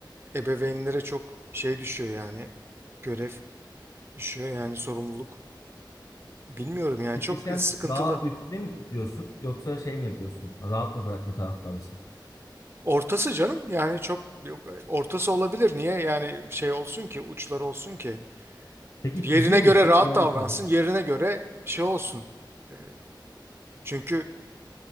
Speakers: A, on the right; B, on the left.
A: Ebeveynlere çok şey düşüyor yani görev düşüyor yani sorumluluk. Bilmiyorum yani
B: peki
A: çok
B: sen
A: sıkıntılı.
B: daha üstüne mi titriyorsun yoksa şey mi yapıyorsun? Rahat mı bırakma taraftarısın?
A: Ortası canım yani çok ortası olabilir. Niye yani şey olsun ki uçları olsun ki
B: Peki
A: yerine
B: kızıyor
A: göre
B: musun?
A: rahat
B: Bir de onu
A: davransın
B: sorayım.
A: yerine göre şey olsun. E, Çünkü